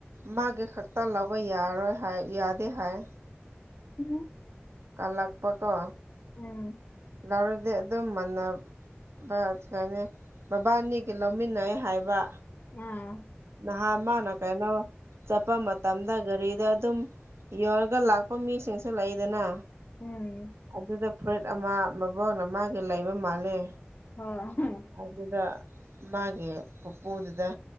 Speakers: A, on the right; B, on the left.
A: ꯃꯥꯒꯤ ꯈꯛꯇ ꯂꯧꯕ ꯌꯥꯔꯣꯏ ꯍꯥꯏ ꯌꯥꯗꯦ ꯍꯥꯏ꯫
B: <unintelligible>
A: ꯀꯜꯂꯛꯄꯀꯣ꯫
B: ꯎꯝ꯫
A: ꯂꯧꯔꯗꯤ ꯑꯗꯨꯝ ꯃꯥꯟꯅ <unintelligible> ꯃꯕꯥꯅꯤꯒꯤ ꯂꯧꯃꯤꯟꯅꯩ ꯍꯥꯏꯕ꯫
B: ꯑꯥ꯫
A: ꯅꯍꯥꯟ ꯃꯥꯅ ꯀꯩꯅꯣ ꯆꯠꯄ ꯃꯇꯝꯗ ꯒꯥꯔꯤꯗ ꯑꯗꯨꯝ ꯌꯣꯔꯒ ꯂꯥꯛꯄ ꯃꯤꯁꯤꯡꯁꯨ ꯂꯩꯗꯅ꯫
B: ꯎꯝ
A: ꯑꯗꯨꯗ ꯐꯨꯔꯤꯠ ꯑꯃ ꯃꯕꯣꯛꯅ ꯃꯥꯒꯤ ꯂꯩꯕ ꯃꯥꯜꯂꯦ꯫
B: ꯍꯣꯏ꯫ <unintelligible>
A: ꯑꯗꯨꯗ ꯃꯥꯒꯤ ꯄꯨꯄꯨꯗꯨꯗ